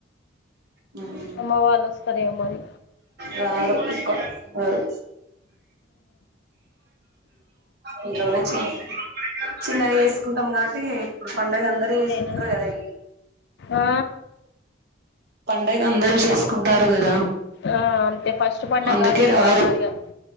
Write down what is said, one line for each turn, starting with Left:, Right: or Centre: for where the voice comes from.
Right: హ్మ్
Left: అమ్మ వాళ్ళు వస్తారేమో మరి
Right: రారు. ఉక్కువా. రారు. ఇంట్లోనేచే. చిన్నవి వేసుకుంటాం కాబట్టి. పండగ అందరు
Left: అంతేనా
Right: చేసుకుంటారు కదా.
Left: ఆ
Right: పండగ అందరూ చేసుకుంటారు కదా.
Left: ఆ అంతే ఫస్ట్ పండుగ
Right: అందుకే
Left: కాబటి
Right: రారు
Left: ఎవరు రారుగా